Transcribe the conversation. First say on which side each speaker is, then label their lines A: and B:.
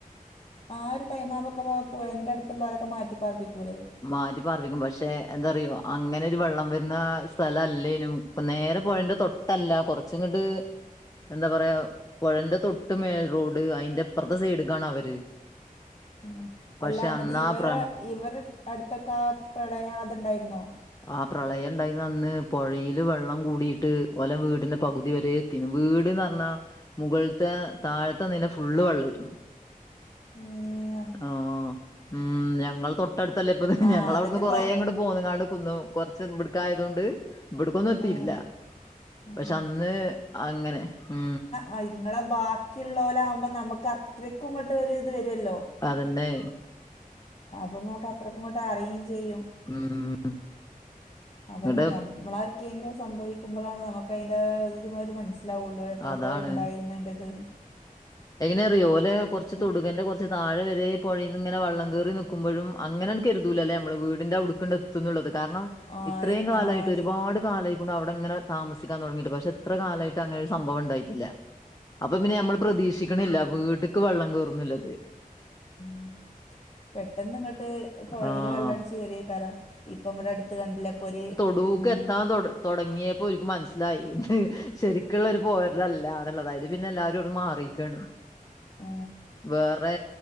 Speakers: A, on the left; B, on the left.
A: ആ ഒരു ടൈമാവുമ്പൊക്കെ പുഴൻ്റെ അടുത്തുള്ളവരൊക്കെ മാറ്റിപ്പാർപ്പിക്കൂല്ലേ
B: മാറ്റി പാർപ്പിക്കും പക്ഷെ എന്താ പറയോ അങ്ങനെ ഒരു വെള്ളം വരുന്ന സ്ഥലം അല്ലേനും ഇപ്പ നേരെ പോയതിൻ്റെ തൊട്ടല്ല കുറച്ചും കട്ട്
A: കുറച്ചണ്ട്ട്
B: എന്താ പറയാ പുഴന്റെ തൊട്ട് മേൽ റോഡ് അതിറെപ്പുറത്തെ സൈഡ കാണ അവര്
A: ഉ
B: പക്ഷെ
A: അല്ല എന്നിട്ട്
B: അന്നാ
A: ഇവരെ
B: പ്ര
A: ഇവര് അടുത്തൊക്കെ ആ പ്രളയം അതുണ്ടായിരുന്നോ
B: ആ പ്രളയം ഉണ്ടായി അന്ന് പുഴയില് വെള്ളം കൂടിട്ട് ഓലെ വീടിന്റെ പകുതി വരെ ത്തീന്നു വീട്ന്ന് പറഞ്ഞാ മുകളിലത്തെ താഴത്തെ നിലെ ഫുള്ള് വെള്ളമായിരുന്നു
A: ഏഹ
B: ആ ഉ ഞങ്ങൾ തൊട്ടടുത്തല്ലേ ഇപ്പ
A: ആഹ്
B: ഞങ്ങളവിടുന്ന്
A: അതന്നെപ്പോ
B: കൊറേങ്ങട് പോന്നു കാണ്ട് ന്നു കൊറച്ച് വിടുക്കായത കൊണ്ട് ഇവിടക്കൊന്നും എത്തിട്ടില്ല
A: ആഹ് ആഹ്
B: പക്ഷെ അന്ന് അങ്ങനെ ഉ
A: ആ ഇങ്ങളെ ബാക്കിയുള്ളലെ ആകുമ്പോ നമുക്ക് അത്രയ്ക്കും ഇങ്ങോട്ടും ഒരു ഇത് വരുമല്ലോ
B: അതന്നെ
A: അപ്പൊ നമക്ക് അത്രക്കും ഇങ്ങോട്ട് അറിയയും ചെയ്യും
B: ഉം
A: അതന്നെ
B: ഇങ്ങട്ട്
A: നഞമ്മള ആർക്കെങ്കിലും സംഭവിക്കുമ്പോഴാണ് നമുക്ക് അതിന്റെ ഇത ഒരു മനസ് ലാവുള്ളൂ എത്രത്തളം
B: അതാണ്
A: ഉണ്ടായിരുന്നു അതിൻ്റെന്ന്
B: എങ്ങനെ അറിയോലെ കുറച്ച്
A: എങ്ങനെ
B: തുടുകന്റെ
A: അറിയോ
B: കുറച്ച്
A: ഓലെ
B: താഴെ വരെ പുഴയിന്ന് ഇങ്ങനെ വള്ളം കേറി നിൽക്കുമ്പോഴും
A: കൊറച്ച്
B: അങ്ങനെ എന കരുതൂലല്ലേ നമ്മള് വീടിൻന്റെറെ ഉടുക്കണ്ട് എത്തുംന്നുള്ളത് കാരണം
A: തൊടുകന്റെ കൊറച്ച്
B: ഇത്രയും കാലായിട്ട്
A: താഴെ
B: ഒരുപാട് കാലായിക്കൊണ്ട് അവിടെ ഇങ്ങനെ താമസിക്കാൻ തുടങ്ങിയിട്ട് പക്ഷെ എത്ര കാലമായിട്ട് അങ്ങനെ ഒരു സംഭവം ഉണ്ടായിട്ടില്ല അപ്പൊ പിന്നെ ഞമ്മൾ പ്രതീക്ഷിക്കണില്ല വീട്ടക്ക് വെള്ളം കയറന്നില്ലത്
A: <inaudible> പെട്ടെന്ന് ഇങ്ങോട്ട് പുഴയില്
B: ആഹ്
A: വെള്ളം അടിച്ചച്ച് കയറിയ കാരോ ഇപ്പൊ നമ്മടെ അടുത്ത് കണ്ടില്ല ഇപ്പൊര്
B: ഒടൂക്ക്
A: അവരെ തൊടൂക്കെത്താൻ തൊട തൊടങ്ങിയപ്പോ ഓൽക്ക്
B: എത്താൻ തുടങ്ങിയപ്പോ ഓര്ക്ക് മനസ്സിലായി
A: മനസ്സിലായി
B: ശ ഒക്ക ഉള്ള പോരല്ല എന്നുള്ളത് അതില് പിന്നെ എല്ലാവരും അവിട് മാറിയിക്കയാണ്
A: ആ
B: വേറെ